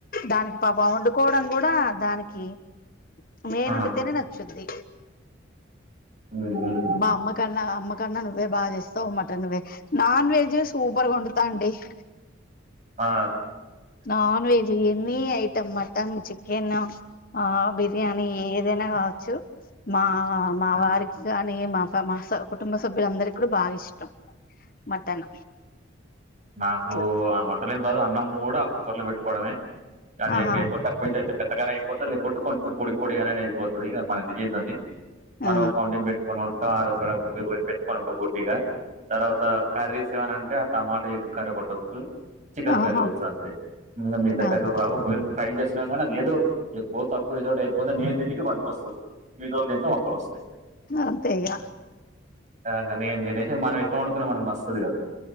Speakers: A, on the left; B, on the right.
A: దానికి పాపం వండుకోవడం కూడా దానికి నేను
B: ఆహా
A: వండి తేనే నచ్చుది
B: ఉం ఉం
A: మా అమ్మ కన్నా అమ్మ కన్నా నువ్వే బాగా చేస్తావు మటన్ నువ్వే నాన్ వెజ్ సూపర్గా వండుతా ఆంటీ <inaudible>
B: ఆ ఆ
A: non veg any item mutton chicken ఆ బిర్యానీ ఏదైనా కావచ్చు మా మా
B: ఆహా
A: వారికి మా మా కుటుంబ సభ్యుల అందరికి కూడా బాగా ఇష్టం మటన్
B: నాకు
A: ఇట్లా
B: వంటలేం రాదు అన్నము కూడా ఆ కుక్కర్ లో పెట్టుకోవడమే అది
A: ఆహా
B: ఇంగ ఎక్కువ తక్కువ అయితే పెట్టగానే అయిపోతది లేకుంటే కొంచెం పొడి పొడిగానే అయిపోతది ఇంగ మన తెలియదు అది మనం
A: ఆ
B: ఒక కౌంటింగ్ పెట్టుకని ఉంటాం అదొక పెట్టుకని ఉంటాం పూర్తిగా తర్వాత కర్రీస్ ఏవైనా అంటే ఆ టమాటా ఎగ్ కర్రి ఒకటి వచ్చు చికెన్
A: ఆహా
B: కర్రీ వచ్చు అంతే ఇంగా మిగతా
A: ఆహా
B: కర్రీలు రావు ఒకవేళ ట్రై చేస్తున్నా కానీ అది ఏదో ఎక్కువ తక్కువ ఏదోటి అయిపోతే నేను తి న్నికి పనికొస్తది మిగతోళ్ళ తింటే వంకలు వస్తాయి
A: అంతే ఇగ
B: ఆ గా నేను తినేసి మనం ఎట్లా వండుకున్నా మనకు నస్తది కదా